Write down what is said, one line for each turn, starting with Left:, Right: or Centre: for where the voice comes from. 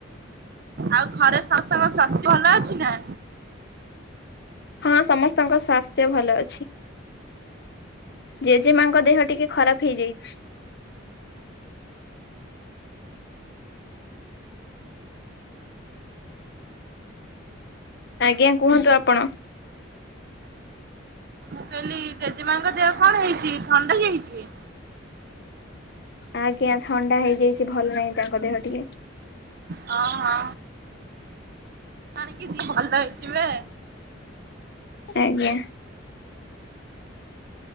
Right: ଆଉ ଘରେ ସମସ୍ତଙ୍କ ସ୍ୱାସ୍ଥ୍ୟ ଭଲ ଅଛି ନା?
Left: ହଁ ସମସ୍ତଙ୍କ ସ୍ୱାସ୍ଥ୍ୟ ଭଲ ଅଛି। ଜେଜେମାଙ୍କ ଦେହ ଟିକେ ଖରାପ ହେଇଯାଇଛି। ଆଜ୍ଞା କୁହନ୍ତୁ ଆପଣ?
Right: ମୁଁ କହିଲି ଜେଜେମାଙ୍କ ଦେହ କଣ ହେଇଛି ଥଣ୍ଡାଯାଇଛି କି?
Left: ଆଜ୍ଞା ଥଣ୍ଡା ହେଇଯାଇଛି ଭଲ ନାହିଁ ତାଙ୍କ ଦେହ ଟିକେ।
Right: ହଁ ହଁ ଜାଣିକି ଦି ଭଲ ହେଇଥିବେ।
Left: ଆଜ୍ଞା